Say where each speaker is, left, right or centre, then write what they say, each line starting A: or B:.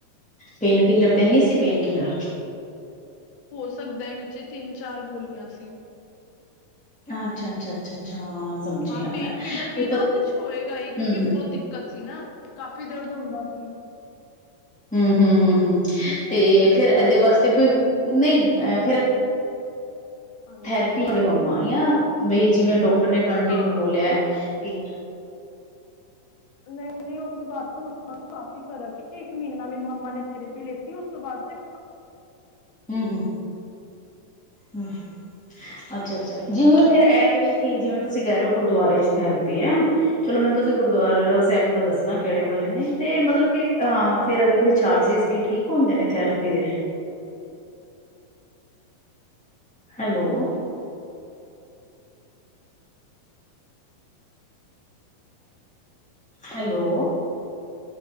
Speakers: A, in the centre; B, on the left.
A: ਪੇਨ ਕਿਲਰ ਤੇ ਨੀ ਸੀ ਪੇਨ ਕਿਲਰ।
B: ਹੋ ਸਕਦਾ ਏ ਵਿੱਚ ਤਿੰਨ-ਚਾਰ ਗੋਲੀਆਂ ਸੀ।
A: ਆ ਅੱਛਾ ਅੱਛਾ ਅੱਛਾ ਅੱਛਾ। ਸਮਝੀ
B: ਹਾਂ
A: ਆ
B: ਪੇਨ
A: ਮੈਂ
B: ਕਿਲਰ ਵੀ
A: ਕੋਈ
B: ਨਾ
A: ਪ
B: ਉਹਦੇ 'ਚ ਹੋਏਗਾ ਈ ਕਿਉਂਕਿ
A: ਹਮ
B: ਬਹੁਤ ਦਿੱਕਤ ਸੀ ਨਾ ਕਾਫੀ ਦਰਦ ਹੁੰਦਾ ਸੀ।
A: ਹੂੰ ਹੂੰ ਹੂੰ ਹੂੰ।
B: ਹੋਰ
A: ਤੇ
B: ਮੰਮਾ
A: ਫੇਰ ਇਹਦੇ
B: ਨੂੰ
A: ਵਾਸਤੇ
B: ਹਾਂ
A: ਬਈ, ਨਹੀਂ ਐ ਫਿਰ
B: ਹਾਂਜੀ
A: ਥੈਰੇਪੀ ਤੁਹਾਡੇ ਮੰਮਾ ਈ ਆ। ਬਈ ਜਿਵੇਂ ਡੋ ਡਾਕਟਰ ਨੇ ਕੰਟੀਨਿਊ
B: ਹਾਂ
A: ਬੋਲਿਆ ਕੀ
B: ਨਹੀਂ-ਨਹੀਂ ਉਸ ਤੋਂ ਬਾਦ ਤੋ ਮੰਮਾ ਨੂੰ ਕਾਫੀ ਫਰਕ ਏ। ਇੱਕ ਮਹੀਨਾ ਮੇਰੀ ਮੰਮਾ ਨੇ ਥੈਰੇਪੀ ਲੇਤੀ ਉਸ ਤੋਂ ਬਾਅਦ ਤੇ
A: ਹੂੰ-ਹੂੰ, ਹੂੰ ਅੱਛਾ-ਅੱਛਾ, ਜਿਵੇ ਫੇਰ ਏ ਵੇ ਕਿ ਜਿਵੇ ਤੁਸੀਂ ਕਹਿ ਰਹੇ ਹੋ ਗੁਰਦੁਆਰੇ'ਚ ਥੈਰੇਪੀ ਐ। ਚਲੋ ਮੈਨੂੰ ਤੁਸੀ ਗੁਰਦੁਆਰਾ ਸਾਹਿਬ ਦਾ ਦਸਣਾ ਕਿਹੜੇ ਵਾਲੇ ਨੇ, ਤੇ ਮਤਲਬ ਕੀ ਹਾ ਫੇਰ ਇਨਾ ਦੇ ਚਾਰਜਿਜ਼ ਕੀ ਠੀਕ ਹੁੰਦੇ ਨੇ ਥੈਰੇਪੀ ਦੇ। Hello, hello.